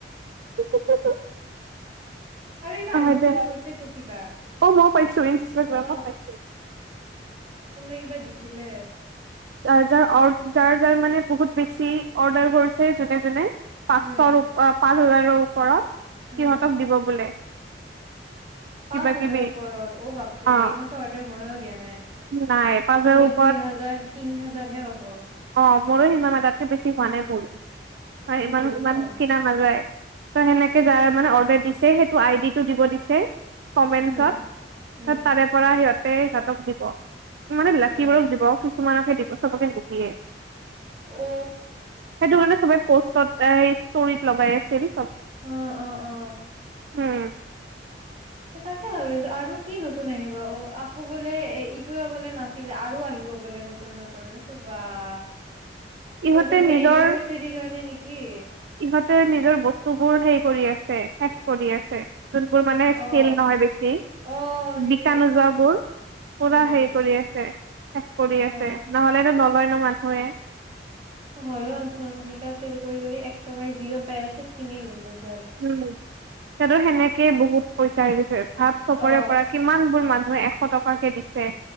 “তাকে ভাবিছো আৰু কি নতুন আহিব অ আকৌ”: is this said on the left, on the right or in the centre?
Right